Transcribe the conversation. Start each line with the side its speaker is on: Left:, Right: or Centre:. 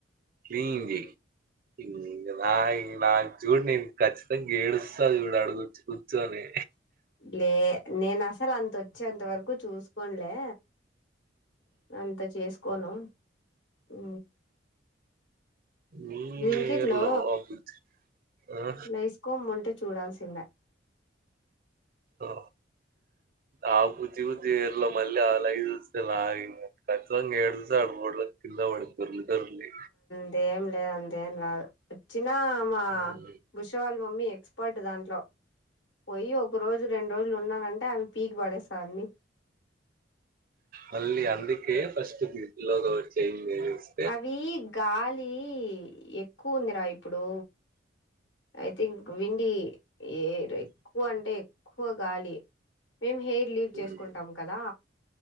Right: <unintelligible> చూడు నేను ఖచ్చితంగా ఏడుస్తా చూడు అడుగచ్చి కూర్చోని
Left: లే నేను అసలు అంత అచ్చేంత వరకు చూసుకోను లే అంత చేసుకోను హు
Right: నీ
Left: బ్లింక్ ఇట్
Right: ఏర్లో
Left: లో
Right: ఆ బుజ్జి ఆ
Left: లైస్కోమ్ ఉంటే చూడాల్సిందే
Right: అ ఆ బుజ్జి గూడా తిర్ల మళ్ళీ అలాగే చూస్తే రా ఇంగ ఖచ్చితంగా ఏడుస్తాది రోడ్లో కింద పడి ఉంటనండి
Left: అదేం లే అంతేమీ రాదు అచ్చినా మా
Right: ఉమ్.
Left: ఉష వాళ్ళ మమ్మీ ఎ ఎక్స్పర్ట్ దాంట్లో పోయి ఒక రోజు రెండు రోజులు ఉన్నానంటే అవి పీకి పడేస్త అన్ని
Right: మళ్ళీ అందుకే ఫస్ట్ పిల్లోగా చేంజ్ చేసి
Left: అవి గాలి ఎక్కువ ఉందిరా ఇప్పుడు ఐథింక్ వింది ఏ ఏ ఎక్కువ అంటే ఎక్కువ గాలి మేము హెయిర్ లీవ్ చేసుకుంటాం
Right: ఉమ్,
Left: కదా